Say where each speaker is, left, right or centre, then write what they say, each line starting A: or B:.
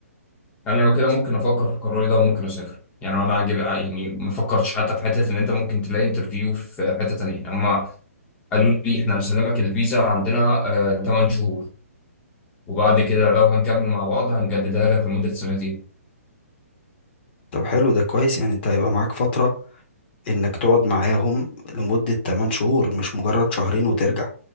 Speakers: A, on the left; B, on the left.
A: أنا لو كده ممكن أفكر في قراري ده وممكن أسافر يعني أنا عاجب يعني ما فكرتش حتى في حتة إن أنت ممكن تلاقي انترفيو في حتة تانية هم قالوا لي احنا هنسلمك الفيزا عندنا آه 8 شهور وبعد كده لو هنكمل مع بعض هنجددها لك لمدة سنتين
B: طب حلو ده كويس يعني أنت هيبقى معاك فترة إنك تقعد معاهم لمدة 8 شهور مش مجرد شهرين وترجع